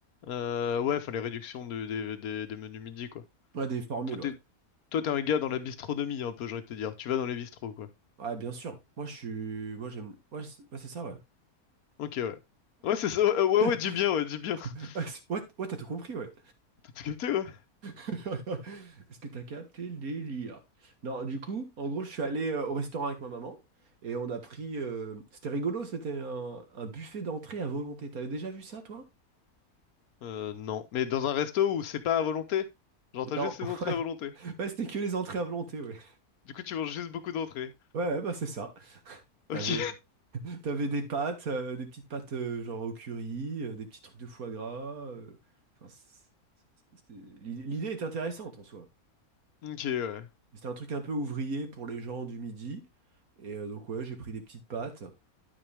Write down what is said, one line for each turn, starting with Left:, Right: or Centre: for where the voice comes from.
Left: Euh, ouais, enfin les réductions de- des des- des menus midi, quoi.
Right: Ouais, des formules,
Left: Toi, t'es,
Right: ouais.
Left: toi, t'es un gars dans la bistronomie, un peu, j'ai envie de te dire. Tu vas dans les bistros, quoi.
Right: Ouais, bien sûr. Moi je suis, moi j'aime, ouais, c'est ouais, c'est ça, ouais.
Left: Ok, ouais. Ouais, c'est ça. Ouais, ouais,
Right: <laughs>
Left: ouais, dis bien, ouais, dis bien. <laughs>
Right: Ouais, c'est- ouais, ouais, t'as tout compris, ouais.
Left: T'as tout capté, ouais.
Right: <laughs> Est-ce que t'as capté le délire? Non, du coup, en gros, je suis allé euh, au restaurant avec ma maman et on a pris. euh, C'était rigolo, c'était un, un buffet d'entrée à volonté. T'avais déjà vu ça, toi?
Left: Euh, non. Mais dans un resto où c'est pas à volonté? Genre, t'as
Right: Non,
Left: juste les
Right: <laughs>
Left: entrées
Right: ouais,
Left: à volonté.
Right: ouais, c'était que les entrées à volonté, ouais.
Left: Du coup, tu manges juste beaucoup d'entrées.
Right: Ouais, ouais, bah c'est ça. T'avais,
Left: Ok. <laughs>
Right: t'avais des pâtes, euh, des petites pâtes euh, genre au curry, euh, des petits trucs de foie gras. euh, enfin, c'est- c'est- c'était- l'i- l'idée est intéressante en soi.
Left: Ok, ouais.
Right: C'était un truc un peu ouvrier pour les gens du midi. Et euh, donc, ouais, j'ai pris des petites pâtes.